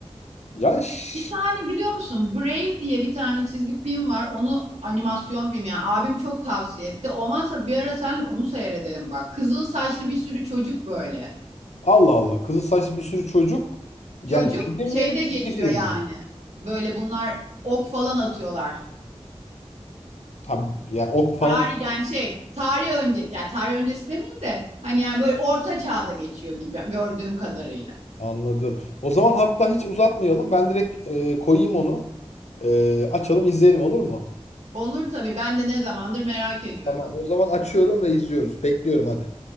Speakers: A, on the left; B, on the right.
A: Ya ş-
B: Bir tane biliyor musun? Brave diye bir tane çizgi film var. Onu animasyon film yani. Abim çok tavsiye etti. Olmazsa bir ara senle onu seyredelim bak. Kızıl saçlı bir sürü çocuk böyle.
A: Allah Allah. Kızıl saçlı bir sürü çocuk. Yani
B: Çocuk
A: film
B: şeyde
A: mi?
B: geçiyor
A: Çizgi film
B: yani.
A: mi?
B: Böyle bunlar ok falan atıyorlar.
A: Ha, ya ok
B: Tarih
A: falan
B: yani şey tarih önce yani tarih öncesi demeyeyim de hani yani böyle orta çağda geçiyor gibi gördüğüm kadarıyla.
A: anladım. O zaman hatta hiç uzatmayalım. Ben direkt e, koyayım onu. E, açalım izleyelim olur mu?
B: Olur tabii ben de ne zamandır merak ediyordum.
A: Tamam, o zaman açıyorum ve izliyoruz. Bekliyorum hadi.